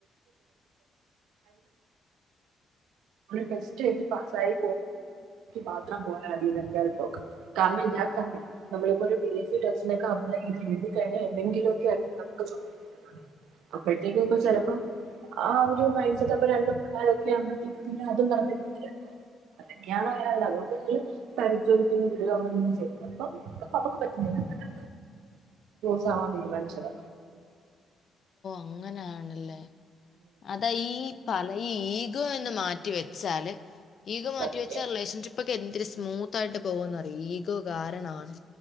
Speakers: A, on the right; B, on the left.
A: ടെസ്റ്റ്എഴുതി പസായി മാത്രം പോയാൽധോ കാരണം ഇല്ല കാരണം നമ്മളിപ്പോ ഒരു പി എസ് സി ടെസ്റ്റിനൊക്കെ അപ്ലൈ ചെയ് എഴുതിക്കഴിഞ്ഞ <unintelligible> എന്തെങ്കിലും ഒക്കെ ആയിരിക്കും നമുക്ക് സമയം കിട്ടുന്നത് അപ്പോഴത്തേക്കൊക്ക ചിലപ്പം ആ ഒരു മൈൻഡ് സെറ്റ് അപ്പൊ രണ്ട്പിള്ളാരൊക്കെ ആകു മ്പഴത്തേക്ക് പിന്നെ അതും പറഞ്ഞ രീതിൽണ്ടും അതൊക്കെയാണ് അയാള അതുകൊണ്ട്ങ്കിലും പരിചോദിക്കുന്നു വി അങ്ങനന്ന ചെയ്യ അപ്പ അവമുക്ക് പറ്റ അങ്ങനെ ചാവാൻ തീരുമാനിച്ചത്
B: അങ്ങനാണ് ല്ലേ അതാ ഈ പല ഈ ഈഗോ എന്ന് മാറ്റി വെച്ചാല് ഈഗോമാറ്റിവെച്ച
A: സത്യം
B: റിലേഷൻഷിപ്പ് ഇപ്പൊക്കെ എന്തിരു സ്മൂത്ത് ആയിട്ട് പോവുന്ന് അറിയോഈഗോ കാരണാണ്